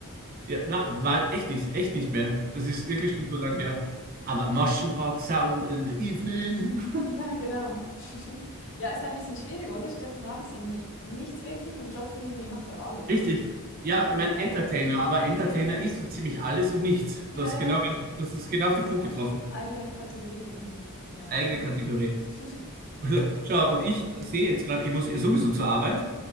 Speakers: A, on the right; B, on the left.
A: Ja, na, weil echt nicht, echt nicht mehr. Das ist wirklich schon so lange her. Aber Maschendraht, Sound in the evening.
B: Ja, genau. <laughs> Ja, ist ein bisschen schwierig, oder? Stefan Raab ist irgendwie nichts wirklich und trotzdem irgendwie macht er
A: <laughs>
B: alles.
A: Richtig.
B: Ist
A: Ja,
B: einfach so
A: ich
B: ein
A: mein
B: Allrounder.
A: Entertainer, aber Entertainer
B: Ja, genau.
A: ist so ziemlich alles und nichts. Das
B: Ja,
A: ist genau,
B: ja.
A: richtig. das ist genau auf den
B: So
A: Punkt
B: eine
A: getroffen.
B: eigene Kategorie irgendwie. Ja,
A: Eigene
B: schwierig.
A: Kategorie.
B: <laughs>
A: Also, schau,
B: Aber
A: und ich
B: lustig.
A: sehe jetzt gerade, ich muss sowieso zur Arbeit.